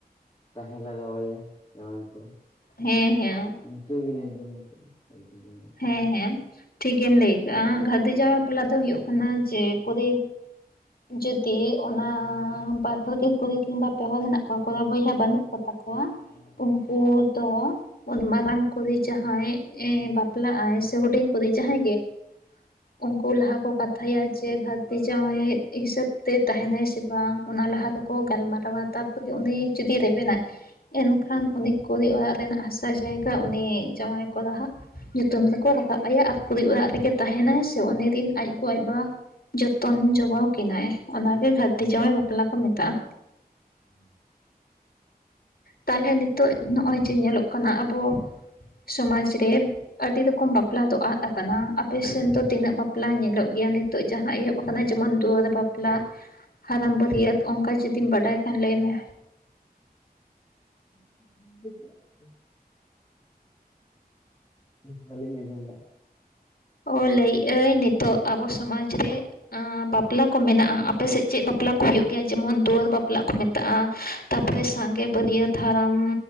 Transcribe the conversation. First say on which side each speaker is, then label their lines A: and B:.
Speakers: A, on the left; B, on the left.
A: ᱛᱟᱦᱮᱸ ᱞᱟᱜᱟᱣ ᱟᱭᱟ ᱡᱟᱸᱣᱭᱟᱭ ᱠᱚᱲᱟ
B: ᱦᱮᱸ ᱦᱮᱸ
A: ᱠᱤᱱᱟ ᱡᱚᱢ ᱠᱚ <unintelligible>
B: ᱦᱮᱸ ᱦᱮᱸ ᱴᱷᱤᱠᱜ ᱜᱮᱢ ᱞᱟᱹᱭ ᱠᱟᱜᱼᱟ ᱜᱦᱟᱨᱫᱤ ᱡᱟᱸᱣᱭᱟᱭ ᱵᱟᱯᱞᱟ ᱫᱚ ᱦᱩᱭᱩᱜ ᱠᱟᱱᱟ ᱡᱮ ᱠᱩᱲᱤ ᱡᱩᱫᱤ ᱚᱱᱟ ᱵᱟᱨ ᱦᱚᱲ ᱜᱮ ᱠᱩᱲᱤ ᱠᱤᱝᱵᱟ ᱯᱮ ᱦᱚᱨ ᱢᱮᱱᱟᱜ ᱠᱚᱣᱭᱟ ᱠᱚᱲᱟ ᱵᱚᱭᱦᱟ ᱵᱟᱹᱱᱩᱜ ᱛᱟᱠᱚ ᱱᱚᱣᱭᱟ
A: ᱦᱳᱭ
B: ᱩᱱᱠᱩ ᱫᱚ ᱢᱟᱨᱟᱝ ᱠᱚᱨᱮ ᱡᱟᱦᱟᱸᱭ ᱟᱸ ᱵᱟᱯᱞᱟᱜᱼ ᱟᱭ ᱥᱮ ᱦᱩᱰᱤᱧ ᱠᱚᱨᱮ ᱡᱟᱦᱟᱸᱭ ᱜᱮ ᱩᱱᱠᱩ ᱞᱟᱦᱟ ᱠᱚ ᱠᱟᱛᱮ ᱛᱦᱟᱭ ᱟᱪᱮ ᱜᱦᱟᱨᱫᱤ ᱡᱟᱸᱣᱭᱟᱭ ᱦᱤᱥᱟᱹᱵᱽ ᱛᱮ ᱛᱟᱦᱮᱱᱟᱭ ᱥᱮ ᱵᱟᱝ ᱚᱱᱟ ᱞᱟᱦᱟ ᱛᱮᱠᱚ ᱜᱟᱞᱢᱟᱨᱟᱣ-ᱟ ᱛᱟᱯᱚᱨᱮ ᱩᱱᱤ ᱡᱩᱫᱤ ᱨᱮᱵᱮᱱᱟᱭ ᱮᱱᱠᱷᱟᱱ ᱩᱱᱤ ᱠᱩᱲᱤ ᱚᱲᱟᱜ ᱨᱮᱱᱟᱜ ᱦᱟᱥᱟ ᱡᱟᱭᱜᱟ ᱩᱱᱤ ᱡᱟᱶᱟᱭ ᱠᱚᱲᱟ ᱦᱟᱜ ᱧᱩᱛᱩᱢ ᱛᱮᱠᱚ ᱨᱟᱠᱟᱵ ᱟᱭᱟ ᱟᱨ ᱠᱩᱲᱤ ᱚᱲᱟᱜ ᱨᱮᱜᱮ ᱛᱟᱦᱮᱱᱟᱭ ᱥᱮ ᱩᱱᱤ ᱨᱤᱱ ᱟᱡ ᱜᱚ ᱟᱡ ᱵᱟᱵᱟ ᱡᱚᱛᱚᱱ ᱡᱚᱜᱟᱣ ᱠᱤᱱᱟᱭ ᱚᱱᱟᱜᱮ ᱜᱷᱟᱹᱨᱫᱤ
A: ᱦᱩᱸ
B: ᱡᱟᱶᱟᱭ ᱵᱟᱯᱞᱟ ᱠᱚ ᱢᱮᱛᱟᱜᱼᱟ᱾
A: <inaudible>
B: ᱛᱟᱞᱦᱮ ᱱᱤᱛᱚᱜ ᱱᱚᱜᱼᱚᱭ ᱡᱮ ᱧᱮᱞᱚᱜ ᱠᱟᱱᱟ ᱟᱵᱚ ᱥᱚᱢᱟᱡᱽ ᱨᱮ ᱟᱹᱰᱤ ᱨᱚᱠᱚᱢ ᱵᱟᱯᱞᱟ ᱫᱚ ᱟᱫ ᱠᱟᱱᱟ ᱟᱯᱮᱥᱮᱱ ᱫᱚ ᱛᱤᱱᱟᱹᱜ ᱵᱟᱯᱞᱟ ᱧᱮᱞᱚᱜ ᱜᱮᱭᱟ ᱱᱤᱛ ᱱᱤᱛᱚᱜ ᱡᱟᱦᱟᱸ ᱮᱦᱚᱵ ᱟᱠᱟᱱᱟ ᱡᱮᱢᱚᱱ ᱫᱩᱣᱟᱹᱨ ᱵᱟᱯᱞᱟ ᱦᱟᱨᱟᱢ ᱵᱟᱹᱨᱭᱟᱹᱛ ᱚᱱᱠᱟ ᱡᱩᱫᱤᱢ ᱵᱟᱰᱟᱭ ᱠᱷᱟᱱ ᱞᱟᱹᱭ ᱢᱮ
A: <inaudible> ᱵᱮᱥ ᱵᱟᱞᱤᱧ ᱟᱸᱡᱚᱢ ᱞᱮᱫᱼᱟ
B: ᱚ ᱞᱟᱹᱭᱮᱜ ᱟᱹᱧ ᱱᱤᱛᱚᱜ ᱟᱵᱚ ᱥᱚᱢᱟᱡᱽ ᱨᱮ ᱟ ᱵᱟᱯᱞᱟ ᱠᱚ ᱢᱮᱱᱟᱜᱼᱟ ᱟᱯᱮ ᱥᱮᱫ ᱪᱮᱫ ᱵᱟᱯᱞᱟ ᱠᱚ ᱦᱩᱭᱩᱜ ᱜᱮᱭᱟ ᱡᱮᱢᱚᱱ ᱫᱩᱣᱟᱹᱨ ᱵᱟᱯᱞᱟ ᱠᱚ ᱢᱮᱛᱟᱜᱼᱟ ᱛᱟᱨ ᱯᱚᱨᱮ ᱥᱟᱸᱜᱮ ᱵᱟᱹᱨᱤᱭᱟᱹᱛᱟᱲᱟᱢ